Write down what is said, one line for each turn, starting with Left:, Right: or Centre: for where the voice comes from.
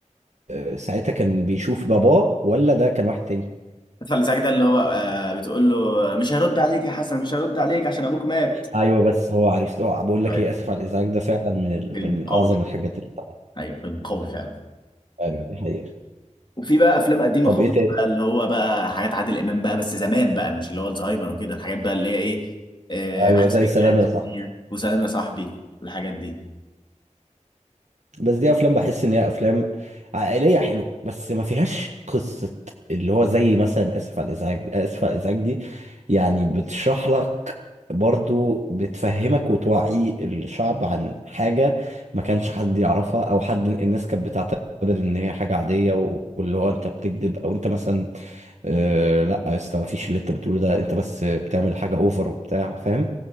Right: آه، ساعتها كان بيشوف باباه ولا ده كان واحد تاني؟
Left: اسف على الازعاج ده اللي هو آه، بتقول له مش هرد عليك يا حسن مش هرد عليك عشان ابوك مات
Right: أيوه بس هو عرفت أه بقول لك
Left: ايوه
Right: إيه آسف على الإزعاج ده فعلا من ال...
Left: فيلم
Right: من
Left: قوي
Right: أعظم الحاجات اللي طبعا
Left: ايوه فيلم قوي فعلا
Right: أيوه دي حقيقة
Left: وفي بقى افلام قديمه
Right: طب
Left: خالص
Right: إيه تاني؟
Left: بقى اللي هو بقى حاجات عادل امام بقى بس زمان بقى مش اللي هو الزهايمر وكده الحاجات بقى اللي هي ايه آه
Right: أيوه
Left: عايز
Right: زي
Left: فيك
Right: سلام يا صاحبي
Left: وسلام يا صاحبي والحاجات دي
Right: بس دي افلام بحس ان هي افلام عائليه حلوه بس ما فيهاش قصه اللي هو زي مثلا اسف على الازعاج اسف على الازعاج دي يعني بتشرح لك برضو بتفهمك وتوعي الشعب عن حاجه ما كانش حد يعرفها او حد الناس كانت بتعتبر ان هي حاجه عاديه و- واللي هو انت بتكذب او انت مثلا آه لا يا اسطى مفيش اللي انت بتقوله ده انت بس بتعمل حاجه اوفر وبتاع فاهم